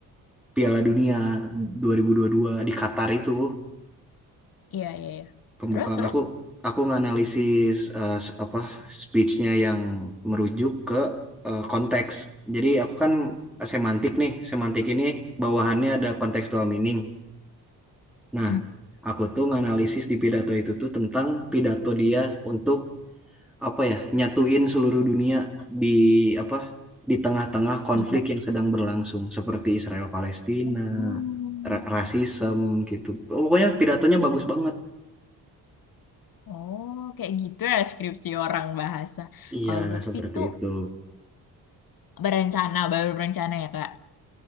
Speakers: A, in the centre; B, on the left.
A: Piala Dunia dua dua ribu dua puluh dua di Qatar itu.
B: Iya, iya, iya.
A: pembukaan
B: Terus terus
A: aku aku nganalisis eh, s- apa speechnya yang merujuk ke eh, konteks. Jadi aku kan semantik nih, semantik ini bawahannya ada contextual meaning. Nah,
B: Mm.
A: aku tuh nganalisis di pidato itu tuh tentang pidato dia untuk apa ya nyatuin seluruh dunia di apa di tengah-tengah konflik
B: Dikat-
A: yang sedang berlangsung seperti Israel Palestina,
B: Oh,
A: ra- rasisme gitu. Pokoknya pidatonya bagus banget.
B: oh, kayak gitu ya skripsi orang bahasa.
A: Iya,
B: Kalau Lutfi
A: seperti
B: tuh
A: itu.
B: berencana, baru berencana ya, Kak.